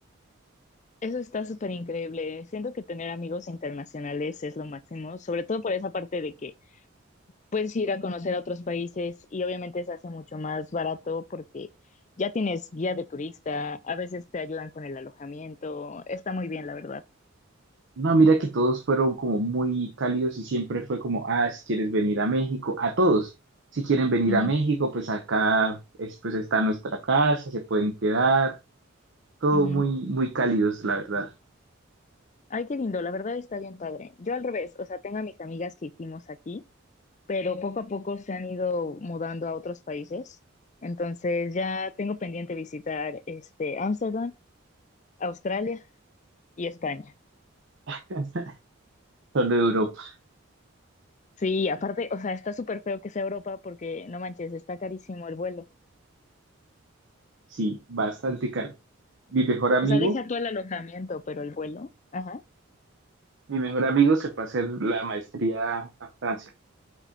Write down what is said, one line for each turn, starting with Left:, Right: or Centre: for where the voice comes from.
Left: Eso está súper increíble. Siento que tener amigos internacionales es lo máximo, sobre todo por esa parte de que puedes ir a conocer a otros países y obviamente se hace mucho más barato porque ya tienes guía de turista, a veces te ayudan con el alojamiento, está muy bien, la verdad.
Right: No, mira que todos fueron como muy cálidos y siempre fue como, ah, si quieres venir a México, a todos, si quieren venir
Left: Ujú,
Right: a México, pues acá es- pues está nuestra casa, se pueden quedar, todo
Left: ujú.
Right: muy, muy cálidos, la verdad.
Left: Ay, qué lindo, la verdad está bien padre. Yo al revés, o sea, tengo a mis amigas que hicimos aquí, pero poco a poco se han ido mudando a otros países. Entonces ya tengo pendiente visitar este Ámsterdam, Australia y España.
Right: <laughs> Solo Europa,
Left: Sí, aparte, o sea, está súper feo que sea Europa porque no manches, está carísimo el vuelo.
Right: sí, bastante caro. Mi mejor amigo,
Left: O sea, deja tú el alojamiento, pero el vuelo. Ajá,
Right: mi mejor amigo se fue a hacer la maestría a Francia.